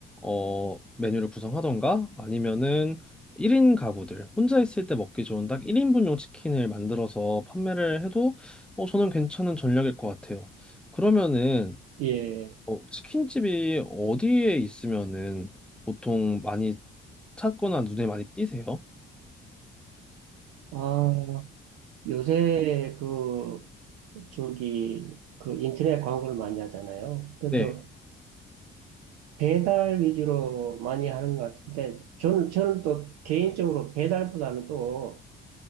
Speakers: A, in the centre; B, on the right (about 60°).
A: 어 메뉴를 구성하던가 아니면은 1인 가구들 혼자 있을 때 먹기 좋은 딱 1인분용 치킨을 만들어서 판매를 해도 어 저는 괜찮은 전략일 것 같아요. 그러면은
B: 예.
A: 어 치킨집이 어디에 있으면은 보통 많이 찾거나 눈에 많이 띄세요?
B: 아, 요새 그 저기 그 인터넷 광고를 많이 하잖아요. 그래서
A: 네.
B: 배달 위주로 많이 하는 것 같은데 저는 저는 또 개인적으로 배달보다는 또